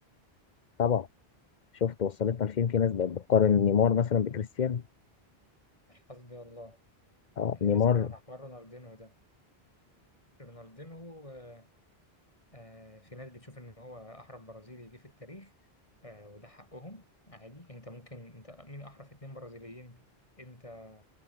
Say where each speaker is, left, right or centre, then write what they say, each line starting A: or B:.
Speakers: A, on the left (about 45°); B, on the left (about 30°).
A: طبعا شفت وصلتنا لفين في ناس بقت بتقارن نيمار مثلا بكريستيانو
B: حسبي الله
A: اه
B: يعني
A: نيمار
B: مثلا على حوار رونالدينو ده رونالدينو آه، آه، في ناس بتشوف ان هو احرف برازيلي جه في التاريخ آه، وده حقهم عادي انت ممكن انت مين احرف اتنين برازيليين انت